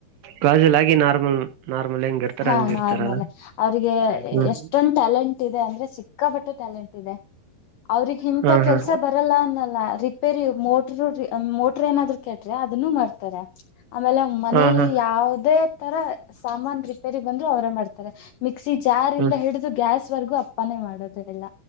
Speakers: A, on the right; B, on the left.
A: ಕಾಜುಲ ನಾರ್ಮಲ್ ನಾರ್ಮಲ್ ಹೆಂಗ ಇರ್ತಾರ
B: ಹಾ
A: ಹಂಗ
B: ನಾರ್ಮಲ್
A: ಇರ್ತಾರ
B: ಅವ್ರಿಗೆ
A: ಹ್ಮ್
B: ಎಷ್ಟೊಂದು ಟ್ಯಾಲೆಂಟ್ ಇದೆ ಅಂದ್ರೆ ಸಿಕ್ಕಾ ಸಿಕಪಟೆ ಟ್ಯಾಲೆಂಟ್ ಇದೆ ಅವ್ರಿಗೆ ಇಂತ
A: ಹಾ
B: ಕೆಲ್ಸ
A: ಹಾ
B: ಬರಲ್ಲ ಅನ್ನಲ್ಲ ರಿಪೇರಿ ಮೋಟರು ಮೋಟ್ರ ಏನಾದ್ರು ಕಟ್ರೆ ಅದನ್ನು ಮಾಡ್ತಾರೆ ಆಮೇಲೆ ಮನಲಿ
A: ಹಾ ಹಾ
B: ಯಾವುದೇ ತರ ಸಾಮನ್ ರಿಪೇರಿ ಬಂದ್ರು ಅವರೇ ಮಾಡ್ತಾರೆ ಮಿಕ್ಸಿ ಜಾರ್
A: ಹ್ಮ್
B: ಇಂದ ಹಿಡಿದು ಗ್ಯಾಸ್ ವರೆಗೂ ಅಪ್ಪನೆ ಮಾಡೋದ ಎಲ್ಲ